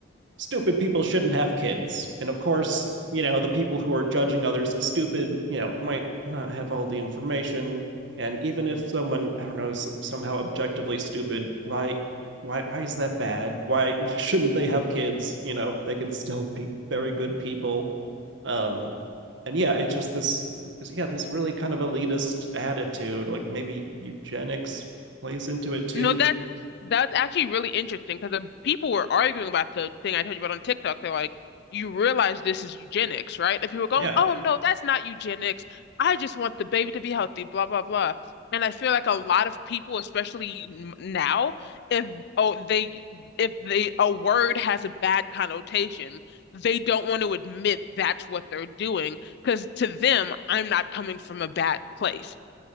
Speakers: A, on the right (about 65°); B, on the left (about 60°).
A: stupid people shouldn't have kids. And of course, you know, the people who are judging others as stupid, you know, might not have all the information. And even if someone, I don't know, s- somehow objectively stupid, why, why, why is that bad? Why, <laughs> why shouldn't they have kids? You know, they can still be very good people. Um, and yeah, it's just this, this- yeah, this really kind of elitist attitude. Like maybe eugenics plays into it too.
B: No, that that's actually really interesting because the people were arguing about the thing I told you about on TikTok. They're like, you realize this is eugenics, right? And people were going,
A: Yeah.
B: oh no, that's not eugenics. I just want the baby to be healthy, blah blah blah. And I feel like a lot of people, especially n- now, if oh they if they a word has a bad connotation, they don't want to admit that's what they're doing because to them, I'm not coming from a bad place.